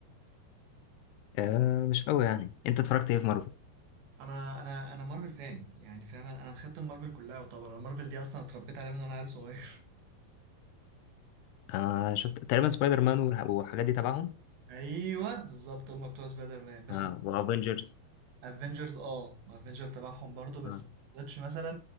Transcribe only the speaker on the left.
آه مش قوي يعني أنت اتفرجت إيه في مارفل؟
انا شفت تقريبا سبايدر مان والح- والحاجات دي تبعهم
اه وافنجرز
اه